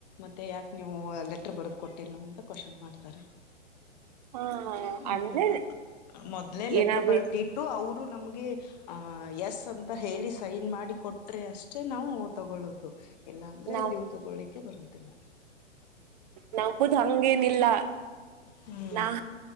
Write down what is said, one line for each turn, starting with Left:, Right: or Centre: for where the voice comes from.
Left: ಮತ್ತೆ ಯಾಕೆ ನೀವು ಲೆಟರ್ ಬರದ್ ಕೊಟ್ಟಿಲ್ಲ ಅಂತ ಕ್ವನ್ ಮಾಡ್ತಾರೆ
Right: ಹ
Left: ಹ್ಮ
Right: ಅಂದ್ರೆ
Left: ಮೊದ್ಲೇ ಲೆಟರ್
Right: ಏನಾದ್ರು
Left: ಬರ್ತಿ ಅವರು ನಮ್ಗೆ ಆಹ ಎಸ್ ಅಂತ ಹೇಳಿ ಸೈನ್ ಮಾಡಿ ಕೊಟ್ರೆ ಅಷ್ಟೆ ನಾವು ತಗೊಳ್ಳೋದು ಇಲ್ಲ ಅಂದ್ರೆ
Right: ನಾವ್
Left: ಇವು ತಗೊಳ್ಳಳಿಕ್ಕೆ ಬರೋದಿಲ್ಲ
Right: ಹ್ಮ್ ನಂಬುದು ಹಂಗೇನಿಲ್ಲ
Left: ಹ್ಮ್
Right: ನಾ